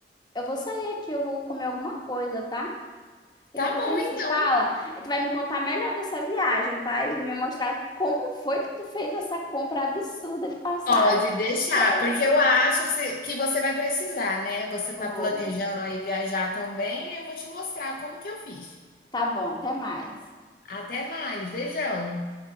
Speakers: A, on the left; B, on the left.
A: eu vou sair aqui, eu vou comer alguma coisa, tá? Daqui
B: Tá
A: a pouco
B: bom,
A: a gente
B: então.
A: se fala e tu vai me contar melhor dessa viagem, tá? E me mostrar como foi que tu fez essa compra absurda de passagem.
B: Pode deixar,
A: Eu quero.
B: porque eu acho se- que você vai precisar, né? Você
A: Vou.
B: tá planejando aí viajar também, eu vou te mostrar como que eu fiz.
A: Tá bom, até mais.
B: Até mais, beijão.